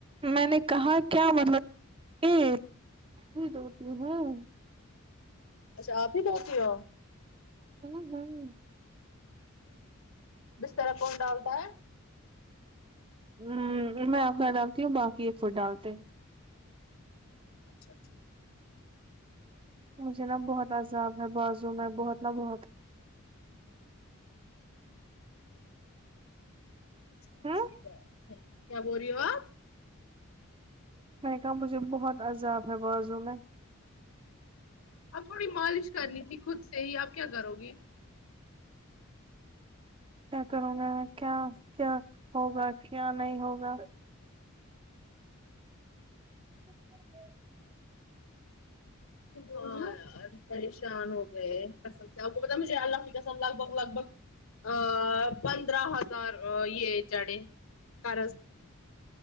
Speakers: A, on the right; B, on the left.
A: میں نے کہا کیا مطلب ہے میں دھوتی ہوں
B: اچھا آپ ہی دھوتی ہو
A: <unintelligible>
B: بسترا کون ڈالتا ہے
A: ہوں میں آپنا ڈالتی ہوں باقی ایک فر ڈالتے ہیں
B: اچھا ٹھیک
A: مجھے نا بہت عذاب ہے بازو میں بہت نا بہت
B: اچھی
A: ہوں
B: بات کیا بول رہی ہو آپ
A: میں نے کہا مجھے بہت عذاب ہے بازو میں
B: اب تھوڑی مالش کرنی تھی خود سے ہی اب کیا کرو گی
A: کیا کروں گا میں کیا کیا ہوگا کیا نہیں ہوگا <inaudible>
B: ہاں یار پریشان ہوگیے قسم آپ کو پتا مجے اللہ کی قسم لگ بگ لگ بگ ا پندرہ ہزار یہ چڑھےقرض